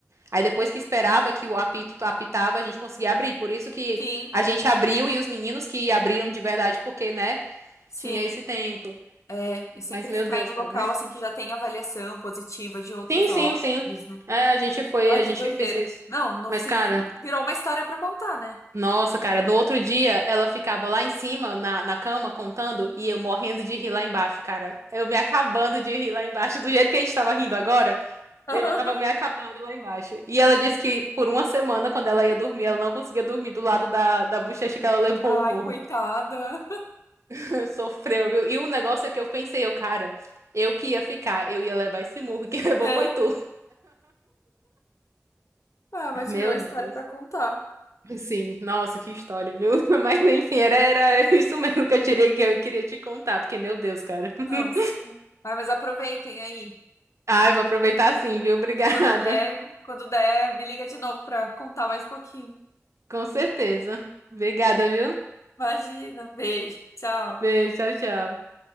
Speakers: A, on the right; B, on the left.
A: Aí depois que esperava que o apito apitava, a gente conseguia abrir. Por isso que
B: Sim,
A: a gente abriu e os meninos que abriram de verdade, porque, né,
B: sim.
A: tinha esse tempo.
B: É, e sempre
A: Mas, meu
B: ficar
A: Deus,
B: em um local
A: cara. <laughs>
B: assim que já tem avaliação positiva de outros
A: Sim, sim,
B: hóspedes,
A: sim.
B: né?
A: É, a gente foi,
B: Ai,
A: a
B: que
A: gente
B: doideira.
A: fez isso.
B: Não, no
A: Mas,
B: fim,
A: cara.
B: virou uma história pra contar, né?
A: Nossa, cara, no outro dia ela ficava lá em cima, na, na cama, contando, e eu morrendo de rir lá embaixo, cara. Eu me acabando de rir lá embaixo, do jeito que a gente tava rindo agora,
B: <laughs>
A: eu tava me acabando lá embaixo. E ela disse que por uma semana, quando ela ia dormir, ela não conseguia dormir do lado da, da bochecha que ela levou
B: Ai,
A: o murro.
B: coitada.
A: <laughs> Sofreu, viu? E o negócio é que eu pensei, eu, cara, eu que ia ficar, eu ia levar esse murro, quem <laughs> levou
B: É,
A: foi tu.
B: ah, mas
A: Meu
B: virou história
A: Deus.
B: pra contar.
A: Sim, nossa, que história, viu? <laughs> Mas enfim, era, era <laughs> isso mesmo que eu tirei que eu queria te contar, porque, meu Deus, cara. <laughs>
B: Não. sim. Ai, mas aproveitem aí.
A: Ai, vou aproveitar sim, viu? Obrigada.
B: E quando der, quando der, me liga de novo pra contar mais um pouquinho.
A: <laughs> Com certeza. Obrigada, viu?
B: Imagina. Beijo. Tchau.
A: Beijo, tchau, tchau.